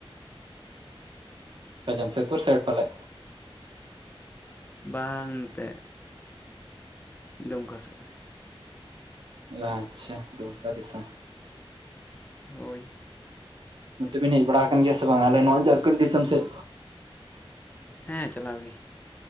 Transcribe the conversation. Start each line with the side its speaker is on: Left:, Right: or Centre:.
Right: ᱚᱠᱟ ᱡᱟᱢᱥᱮᱫᱽᱯᱩᱨ ᱥᱟᱭᱤᱰ ᱯᱟᱞᱮᱜ
Left: ᱵᱟᱝ ᱱᱚᱛᱮ ᱫᱩᱢᱠᱟ ᱥᱮᱫ ᱨᱮ
Right: ᱟᱪᱪᱷᱟ ᱫᱩᱢᱠᱟ ᱫᱤᱥᱚᱢ
Left: ᱦᱳᱭ
Right: ᱱᱚᱛᱮ ᱵᱤᱱ ᱦᱮᱡ ᱵᱟᱲᱟ ᱟᱠᱟᱱ ᱜᱮᱭᱟ ᱥᱮ ᱵᱟᱝ ᱟᱞᱮ ᱱᱚᱣᱟ ᱡᱷᱟᱨᱠᱷᱚᱸᱰ ᱫᱤᱥᱚᱢ ᱥᱮᱫ?
Left: ᱦᱮᱸ ᱪᱟᱞᱟᱣ ᱜᱮ